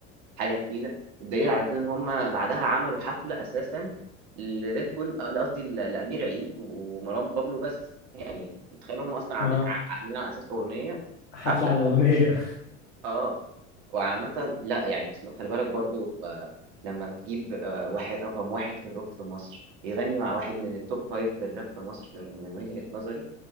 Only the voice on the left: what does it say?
اه
حفله
على اغنيه